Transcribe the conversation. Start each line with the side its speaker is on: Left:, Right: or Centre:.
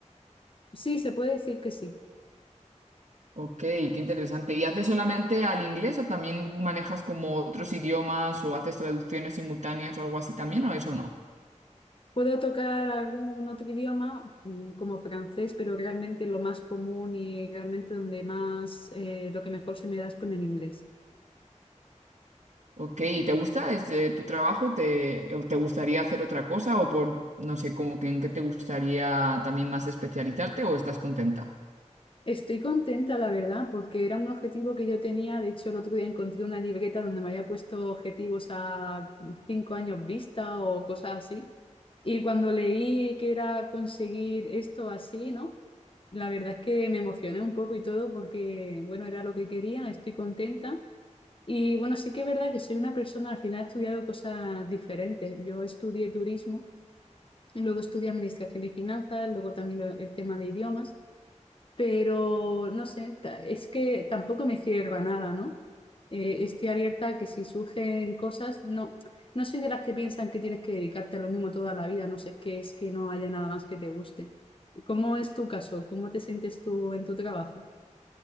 Left: Sí, se puede decir que sí.
Right: Ok, qué interesante. ¿Y haces solamente al inglés o también manejas como otros idiomas o haces traducciones simultáneas o algo así también o eso no?
Left: Puedo tocar algún otro idioma, mm, como francés, pero realmente lo más común y realmente donde más, eh, lo que mejor se me da es con el inglés.
Right: Ok, ¿y te gusta ese- tu trabajo? ¿Te, o te gustaría hacer otra cosa o por, no sé, como que en qué te gustaría también más especializarte o estás contenta?
Left: Estoy contenta, la verdad, porque era un objetivo que yo tenía. De hecho, el otro día encontré una libreta donde me había puesto objetivos a cinco años vista o cosas así. Y cuando leí que era conseguir esto así, ¿no? La verdad es que me emocioné un poco y todo porque, bueno, era lo que quería, estoy contenta. Y bueno, sí que es verdad que soy una persona, al final he estudiado cosas diferentes. Yo estudié turismo, y luego estudié administración y finanzas, luego también lo- el tema de idiomas pero no sé, ta- es que tampoco me cierro a nada, ¿no? Eh, estoy abierta a que si surgen cosas, no, no soy de las que piensan que tienes que dedicarte a lo mismo toda la vida, no sé qué es que no haya nada más que te guste. ¿Cómo es tu caso? ¿Cómo te sientes tú en tu trabajo?